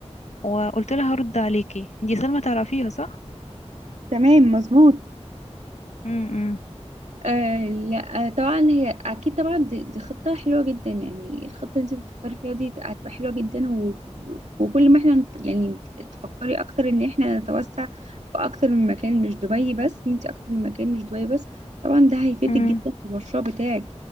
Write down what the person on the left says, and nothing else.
وقلت لها هرد عليكي دي سلمى تعرفيها صح؟
امم
امم